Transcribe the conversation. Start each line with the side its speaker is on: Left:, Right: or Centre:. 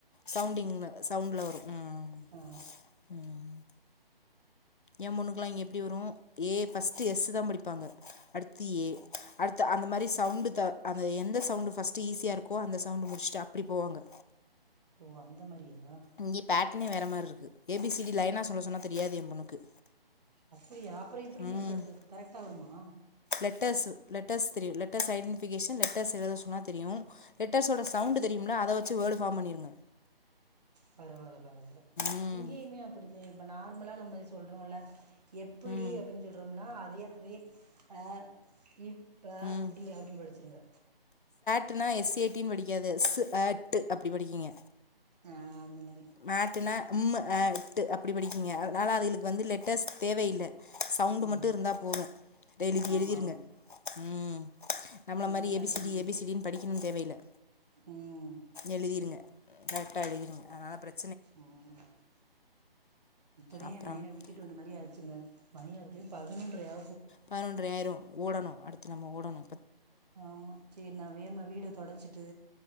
Left: சவுண்டிங்ல சவுண்ட்ல வரும் உம்
Right: ஆ
Left: உம் என் பொண்ணுக்கல்லாம் இங்க எப்படி வரும் ஏ பர்ஸ்ட்டுஎஸ் தான் படிப்பாங்க அடுத்து ஏ அடுத்த அந்த மாதிரி சவுண்டு அந்த எந்த சவுண்டு் ஃபர்ஸ்ட்டு ஈஸியா இருக்கோ அந்த சவுண்ட் முடிச்சுட்டு அப்டி போவாங்க
Right: ஓ அந்த மாரியா
Left: இங்கே பேட் வேற மாரி இருக்கு ஏ பிசி டி லைனா சொல்ல சொன்னா தெரியாது என் பொண்ணுக்கு
Right: அப்படியா அப்புறம் எப்படிங்க
Left: ம்
Right: கரெக்ட்டா வருமா
Left: லெட்டர்ஸ் லெட்டர்ஸ் தெரியும் லெட்டர்ஸ் ஐடெடிஃபிகேஷன் லெட்டர்ஸ் ஏதாவது சொன்னா தெரியும் லெட்டர்ஸோட சவுண்ட் தெரியும்லா அதை வச்சு வேர்டு ஃபார்ம் பண்ணிடுங்க
Right: பரவால பரவால்ல
Left: ம்
Right: இங்கேயுமே அப்படி இப்ப நார்மலா நம்ம சொல்றோன்ல்ல எப்புடி
Left: ம்
Right: அப்டின்னு சொல்றோம்னா அதே அதே ஆஹ் இப் இப்ப
Left: ம்
Right: டி அப்டின்னு படிச்சிருங்க
Left: சாட்னா எஸ்ஏடின்னு படிக்காது இஸ் ஆட்டு அப்டி படிக்கீங்க
Right: ஆஹ் அந்த மா
Left: மேட்டுனா எம்மு அ ட்டு அப்டி படிக்கிங்க அதனால அதுகளுக்கு வந்து லெட்டர்ஸ் தேவையில்லை சவுண்ட
Right: ஆ
Left: மட்டு இருந்தா போது எழுதி
Right: ஆமா
Left: எழுதிருங்க
Right: ஆமா
Left: ம் நம்மள
Right: அந்த
Left: மாரி
Right: மாரிதா
Left: ஏபிசிடி
Right: இங்கயு
Left: ஏபிசிடினு படிக்கணுன்னு தேவையில்ல
Right: ம்
Left: எழுதிருங்க கரெக்டா எழுதிருங்க அதனால பிரச்ச
Right: ம்ம் இப்பதே
Left: அப்புறம்
Right: எம்பையன விட்டுட்டு வந்த மாரி ஆச்சுங்க மணியாது பதினொன்றையா
Left: பதினொன்ற ஆயிரு ஓடணு அடுத் நம்ம ஓடணு
Right: ஆமா சேரி நா வேமா வீடு தொடடைச்சிட்டு